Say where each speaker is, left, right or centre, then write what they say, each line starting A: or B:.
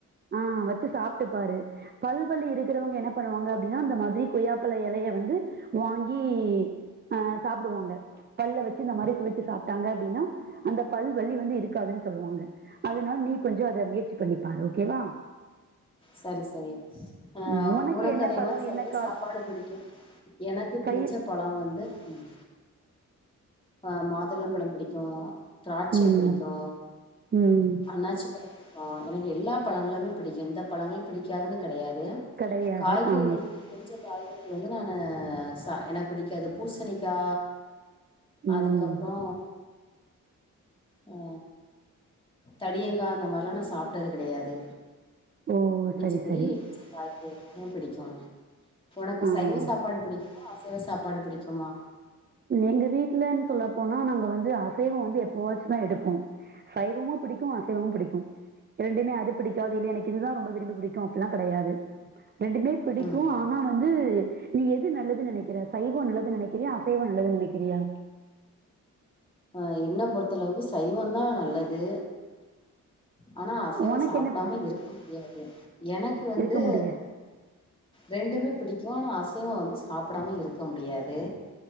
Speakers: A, on the right; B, on the left.
A: ஆ வச்சு சாப்ட்டு பாரு பல் வலி இருக்கறவங்க என்ன பண்ணுவாங்க அப்டினா இந்த மாதிரி கொய்யாப்பழ எலைய வந்து வாங்கி ஆ சாப்டுவாங்க பல்ல வச்சு இந்த மாரி சுவச்சு சாப்ட்டாங்க அப்டினா அந்த பல் வலி வந்து இருக்காதுன்னு சொல்லுவாங்க அதுனால் நீ கொஞ்சோ அத முயற்சி பண்ணிப்பாரு ஓகேவா
B: சரி சரி அ
A: ம்
B: உனக்கு
A: என்ன
B: அதே
A: பழம்
B: மாரி சைவ
A: என்ன கா
B: சாப்பாடு பிடிக்கும் எனக்கு
A: சை
B: பிடிச்ச பழோ வந்து ம் ஆ மாதுளம் பழம் பிடிக்கு திராட்சை
A: ம்
B: பிடிக்கு
A: ம்
B: அண்ணாச்சி பழம் பிடிக் கு எனக்கு எல்லா பழங்களுமே பிடிக்கு எந்த பழங்கள் பிடிக்காதுனு கெடயாது
A: கிடையாது
B: காய்கறிகள்
A: ஆ
B: வந்து கொஞ்ச காய் கறிகள் வந்து நானு சா ஏனா பிடிக்காது பூசணிக்கா
A: ம்
B: அதுக்கப்றோ ஆ தடியங்கா அந்த மார்ல்லா நா சாப்ட்டது கெடயாது
A: ஓ
B: மிச்சபடி
A: சரி சரி
B: காய்கறிகள் எல்லாமே பிடிக்கு உனக்கு
A: ஆ
B: சைவ சாப்பாடு பிடிக் குமா அசைவ சாப்பாடு பிடிக்குமா
A: எங்க வீட்லன் சொல்ல போனா நாங்க வந்து அசைவோ வந்து எப்பவாச்சுந்தா எடுப்போ சைவமு பிடிக்கு அசைவமு பிடிக்கு ரெண்டுமே அது பிடிக்காது இல்ல எனக் இதுதா ரொம்ப விரும்பி புடிக்கு அப்பில்லா கெடயாது ரெண்டுமே பிடிக்கு
B: ம்
A: ஆனா வந்து நீ எது நல்லதுன் நெனைக்கிற சைவோ நல்லது நெனைக்கிறியா அசைவோ நல்லது நெனைக்கிறியா
B: ஆ என்ன பொறுத்தளவுக்கு சைவந்தா நல்லது ஆனா அசைவோ
A: உனக்கு
B: சாப்டாம
A: என்ன ப-
B: இருக்க முடியாது எனக்கு வந்து
A: இருக்க முடிய
B: ரெண்டுமே பிடிக்கு ஆனா அசைவோ வந்து சாப்டாம இருக்க முடியாது